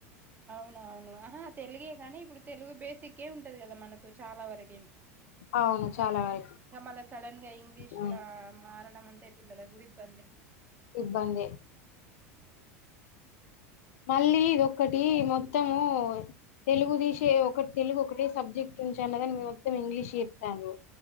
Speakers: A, on the right; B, on the left.
A: అవునవును ఆహా తెలుగే కానీ ఇప్పుడు తెలుగు బేస్ సిక్కే ఉంటది కదా మనకు చాలా వరకి ఇంగా
B: అవును చాలా వరకు
A: మళ సడన్ గా ఇంగ్లీష్లా
B: ఉమ్
A: మారడం అంటే పిల్లలకి గుడా ఇబ్బందె.
B: ఇబ్బందే
A: ఉ
B: మళ్ళీ ఇదొక్కటి మొత్తము తెలుగు తీశి టే ఒకటి తెలుగు ఒకటే సబ్జెక్ట్ ఉంచు అన్నగాని మొత్తం ఇంగ్లీష్ చెప్తాన్రు.